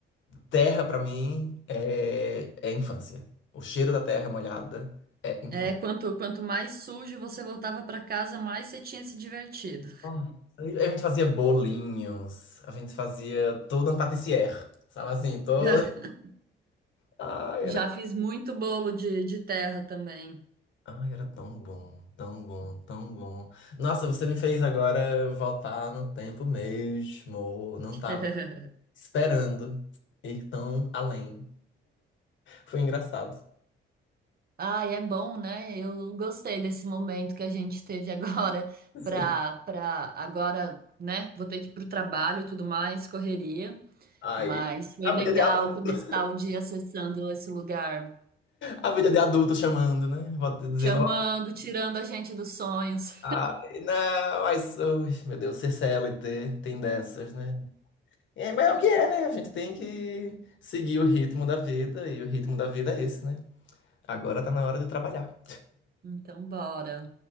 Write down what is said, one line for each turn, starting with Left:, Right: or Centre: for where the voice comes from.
Left: Terra pra mim é... é infância. O cheiro da terra molhada é infância.
Right: É, quanto, quanto mais sujo você voltava para casa, mais você tinha se divertido.
Left: Nossa, A gente fazia bolinhos, a gente fazia todo um patissier, sabe assim, todo.
Right: <laughs>
Left: Ai,
Right: Já
Left: era,
Right: fiz muito bolo de, de terra também.
Left: ai, era tão bom, tão bom, tão bom. Nossa, você me fez agora voltar no tempo mesmo. Não
Right: <laughs>
Left: tava esperando ir tão além. Foi engraçado.
Right: Ai, é bom, né? Eu gostei desse momento que a gente teve agora <laughs>
Left: Sim.
Right: pra pra agora, né? Vou ter que ir pro trabalho, e tudo mais, correria,
Left: Ai,
Right: mas foi
Left: a
Right: legal
Left: vida de adulto,
Right: começar o dia acessando esse lugar,
Left: a vida de adulto chamando, né? Vou te dizendo,
Right: chamando, tirando a gente dos sonhos.
Left: ai, não, mas, ui, meu Deus, ser C L T, tem dessas, né? É, mas é o que é, né? A gente tem que seguir o ritmo da vida, e o ritmo da vida é esse, né? Agora tá na hora de trabalhar.
Right: Então, bora.